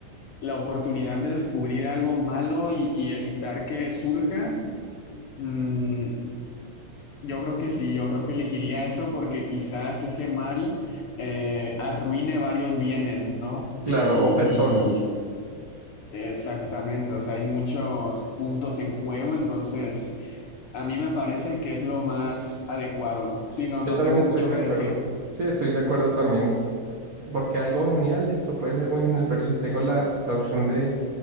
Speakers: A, on the left; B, on the right.
A: la oportunidad de descubrir algo malo y, y evitar que surja, mm, yo creo que sí, yo creo que elegiría eso porque quizás ese mal eh, arruine varios bienes, ¿no?
B: Claro,
A: Y,
B: o personas.
A: y exactamente, o sea, hay muchos puntos en juego, entonces a mí me parece que es lo más adecuado. Si no,
B: Yo
A: no
B: también
A: tengo
B: estoy
A: mucho
B: de
A: que
B: acuerdo.
A: decir.
B: Sí, estoy de acuerdo también. Porque algo genial, listo, puede ser muy genial, pero si tengo la, la opción de,